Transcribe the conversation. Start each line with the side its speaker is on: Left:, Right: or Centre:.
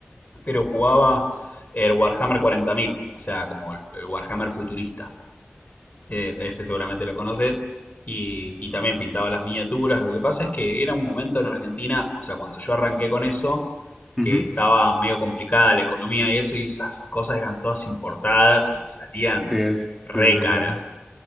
Left: pero jugaba el Warhammer 40.000, o sea, como el, el Warhammer futurista. que ese seguramente lo conoces, y, y también pintaba las miniaturas. Lo que pasa es que era un momento en Argentina, o sea, cuando yo arranqué con eso,
Centre: ujú,
Left: que
Centre: ujú.
Left: estaba medio complicada la economía y eso, y esas cosas eran todas importadas y salían
Centre: Sí, es,
Left: re
Centre: sí, sí,
Left: caras.
Centre: sí.